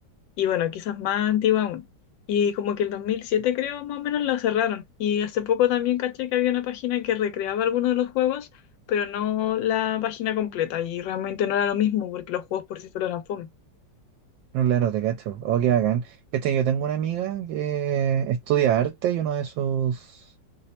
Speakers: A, on the left; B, on the right.
A: y bueno, quizás más antigua aún. Y como que el 2007 creo, más o menos la cerraron. Y hace poco también caché que había una página que recreaba algunos de los juegos, pero no la página completa, y realmente no era lo mismo porque los juegos por sí solos eran fome.
B: No, claro, te cacho. Oh, qué bacán. Este, yo tengo una amiga que estudia arte y uno de sus